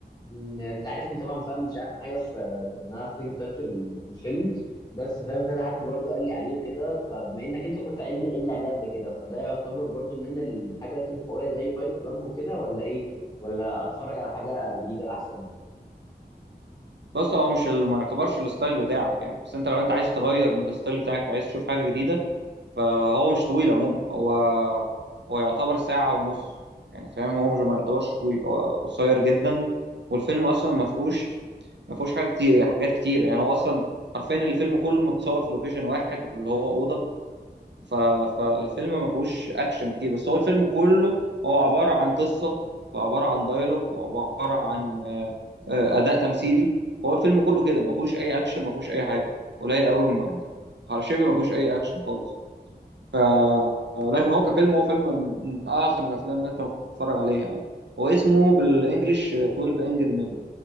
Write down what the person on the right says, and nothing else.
بص هو مش ال... ما يعتبرش الستايل بتاعك يعني بس انت لو انت عايز تغير من الستايل بتاعك عايز تشوف حاجه جديده فهو مش طويل عموما هو هو يعتبر ساعة ونص يعني فاهم هو مش ما يعتبرش طويل هو قصير جدا والفيلم أصلا ما فيهوش ما فيهوش حاجة كتير حاجات كتير يعني هو أصلا حرفيا الفيلم كله متصور في لوكيشن واحد اللي هو أوضة ف... فالفيلم ما فيهوش اكشن كتير بس هو الفيلم كله هو عباره عن قصه وعباره عن ديالوج وعباره عن آه، اداء تمثيلي هو الفيلم كله كده ما فيهوش اي اكشن ما فيهوش اي حاجه قليل قوي ما شبه ما فيهوش اي اكشن خالص ف لكن هو كفيلم هو فيلم من من اعظم الافلام اللي انت ممكن تتفرج عليها يعني هو اسمه بالانجلش 12 انجري مان